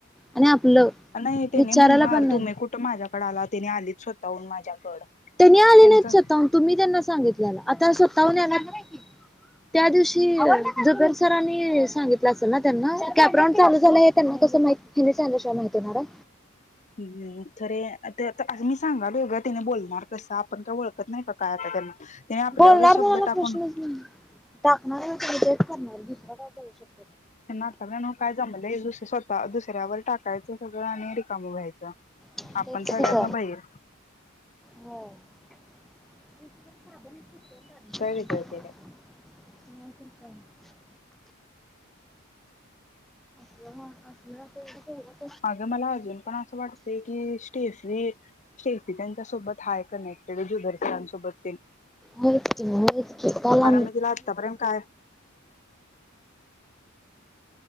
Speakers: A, in the centre; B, on the left.
A: आणि आपलं
B: नाही त्याने
A: विचारायला
B: म्हणणार
A: पण नाही
B: तुम्ही कुठं माझ्याकडे आला तने आलीच स्वतःहून माझ्याकड
A: त्यांनी आलेलेच
B: त्यांचं
A: आता. तुम्ही त्यांना सांगितल्याला आता स्वतःहून याल्यात आला त्या दिवशी <unintelligible> सरांनी सांगितलं असेल ना त्यांना कॅपराऊंड चालू झालंय हे त्यांना कस माहित हेनी सांगितल्या शिवाय माहित होणार हाय.
B: हुं खरे आते आता अस मी सांगालोय गं तिने बोलणार कसं आपण काय ओळ- तर नाहीका काय आता त्यांना ते आपल्यावरच
A: बोलणार
B: शब्द
A: म्हणायला
B: टाकून-
A: प्रश्नच नाही टाकणार हाय तेन्ही तेच करणार दुसर काय करू शक-
B: त्यांना आत्ता काय नव्ह काय जमलंय दुस स्वतः दुसऱ्यावर टाकायचं सगळं आणि रिकाम व्हायच.
A: तेच
B: आपण सगळ्यांत्यन
A: की तर
B: बहीर.
A: होय <inaudible>
B: वेगळं केलंय
A: <inaudible>
B: अगं मला अजून पण असं वाटतंय की स्टेफी स्टेफी त्यांच्या सोबत हाय काय नाय. ते गं जूदर सरां सोबततेन-
A: होयचकी मंग होयचकी काल आ-
B: मी तिला आतापर्यंत काय